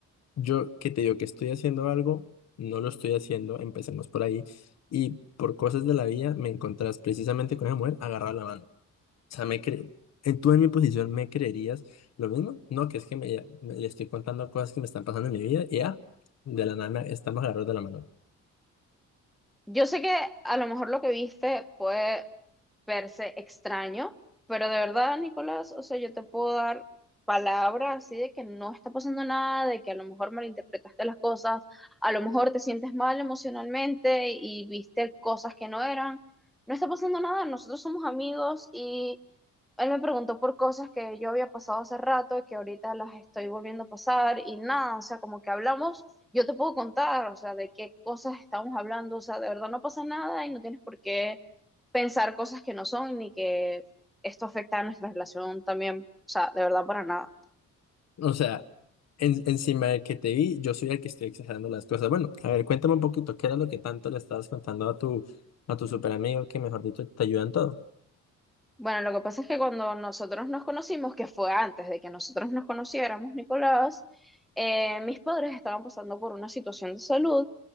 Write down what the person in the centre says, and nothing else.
Yo sé que a lo mejor lo que viste puede verse extraño, pero de verdad, Nicolás, o sea, yo te puedo dar palabras así de que no está pasando nada, de que a lo mejor malinterpretaste las cosas, a lo mejor te sientes mal emocionalmente y viste cosas que no eran. No está pasando nada, nosotros somos amigos él me preguntó por cosas que yo había pasado hace rato y que ahorita las estoy volviendo a pasar y nada, o sea, como que hablamos, yo te puedo contar, o sea, de qué cosas estamos hablando, o sea, de verdad no pasa nada y no tienes por qué pensar cosas que no son ni que esto afecta a nuestra relación también, o sea, de verdad para nada.
Bueno, lo que pasa es que cuando nosotros nos conocimos, que fue antes de que nosotros nos conociéramos, Nicolás, eh, mis padres estaban pasando por una situación de salud